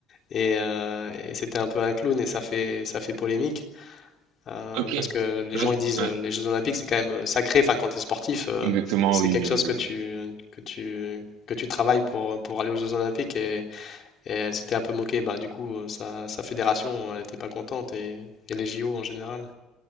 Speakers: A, on the left; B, on the right.
A: Et, euh, et c'était un peu un clown et ça fait, ça fait polémique. euh,
B: Ok,
A: parce que les
B: là,
A: gens
B: je-
A: ils disent
B: ouais,
A: euh, les Jeux Olympiques c'est quand même euh, sacré. Enfin, quand tu es sportif, euh,
B: exactement,
A: c'est
B: oui,
A: quelque
B: bien
A: chose
B: évidemment.
A: que tu, que tu, que tu travailles pour, pour aller aux Jeux Olympiques. Et, et elle s'était un peu moquée. Bah, du coup, euh, sa, sa fédération, elle n'était pas contente et, et les JO en général.